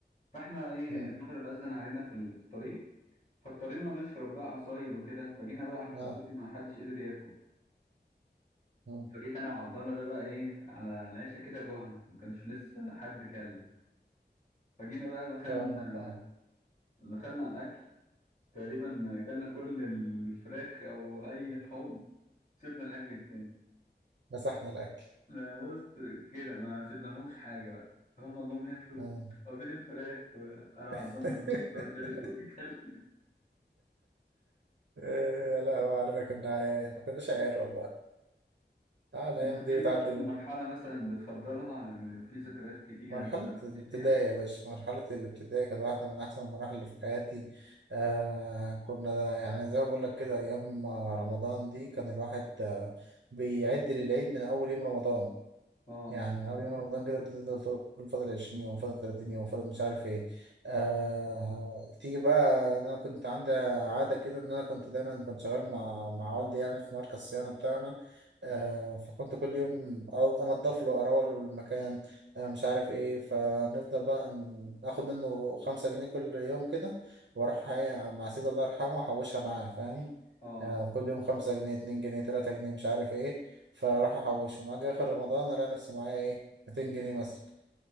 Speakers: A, on the left; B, on the right.
A: فإحنا إيه
B: مم.
A: المغرب أذن علينا في ال- في الطريق فاضطرينا نشرب بقى عصاير وكده فجينا بقى على الفطور
B: اه
A: ما حدش قدر ياكل
B: آه.
A: فجيت أنا وعبد الله ده بقى إيه على العشاء كده جوعنا ما كانش لسه حد كل فجينا بقى دخلنا
B: فاهمك اه
A: دخلنا على الأكل تقريبا اكلنا كل الفراخ او اي لحوم سيبنا الاكل التاني
B: مسحنا الأكل
A: لا بص كده ما سيبنا لهمش حاجه بقى فهم جم ياكلوا
B: آه.
A: هو فين الفراخ انا
B: <laughs>
A: عبد الله بنص مش قادر اتكلم
B: آه، لا هو علينا كنا عيال ما كناش عيال والله اه الأيام
A: انت <laughs>
B: دي
A: في
B: بتعدي
A: برضه
B: من
A: مرحله مثلا بتفضلها في ذكريات كتيره
B: مرحلة
A: مثلا
B: الابتدائي
A: بتعيد فيها
B: يا باشا مرحلة الابتدائي كانت واحدة من أحسن المراحل اللي في حياتي آه كنا يعني زي ما بقول لك كده أيام رمضان دي كان الواحد آه، بيعد للعيد من أول يوم رمضان
A: اه
B: يعني من اول يوم رمضان كده تفضل تقول فاضل 20 يوم فاضل 30 يوم فاضل مش عارف ايه آه... تيجي بقى إن انا كنت عندي عاده كده ان انا كنت دايما كنت شغال مع مع والدي يعني في مركز الصيانه بتاعنا آه... فكنت كل يوم أقعد انضف له اروق له المكان آه مش عارف ايه فنفضل بقى ن- اخد منه خمسة جنيه كل يوم كده واروح إيه مع سيدي الله يرحمه احوشها معاه فاهم
A: اه
B: آه كل يوم خمسة جنيه اتنين جنيه تلاتة جنيه مش عارف ايه فراحوا حوشوا اجي اخر رمضان الاقي نفسي معايا ايه 200 جنيه مثلا